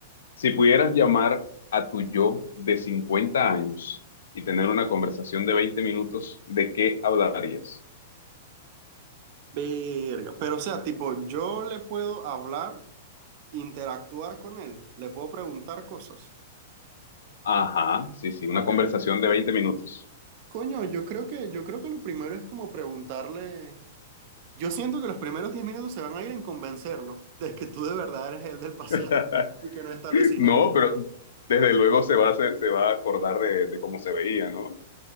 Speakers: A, on the left; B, on the right.
A: Si pudieras llamar a tu yo de 50 años y tener una conversación de 20 minutos, ¿de qué hablarías?
B: Verga, pero o sea, tipo, yo le puedo hablar. interactuar con él, le puedo preguntar cosas.
A: Ajá, sí, sí, una
B: Ok.
A: conversación de 20 minutos.
B: Coño, yo creo que, yo creo que lo primero es como preguntarle. Yo siento que los primeros 10 minutos se van a ir en convencerlo de que tú de verdad eres el del pasado
A: <laughs>
B: <laughs> y que no está alucinando.
A: No, pero desde luego se va a, hacer- se va a acordar de, de cómo se veía, ¿no?